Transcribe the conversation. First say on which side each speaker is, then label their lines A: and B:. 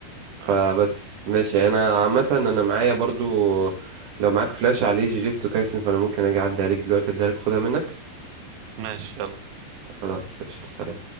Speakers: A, on the right (about 55°); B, on the right (about 85°).
A: فبس
B: آه
A: ماشي انا عامه انا معايا برضو لو معاك فلاش عليه جيجيتسو كايسن فانا ممكن اجي اعدي عليك دلوقتي اديها لك خدها منك
B: ماشي يلا
A: خلاص قشطة سلام